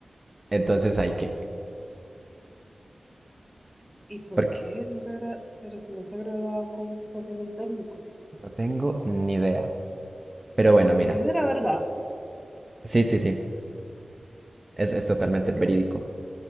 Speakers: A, on the right; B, in the centre.
A: Entonces, ¿hay qué?
B: ¿Y por
A: Porque
B: qué? No se agra- pero si no se ha agradado, ¿cómo está siendo un técnico?
A: no tengo ni idea. Pero bueno, mira,
B: Y si será verdad,
A: sí, sí, sí, es, es totalmente
B: tan
A: verídico.
B: raro.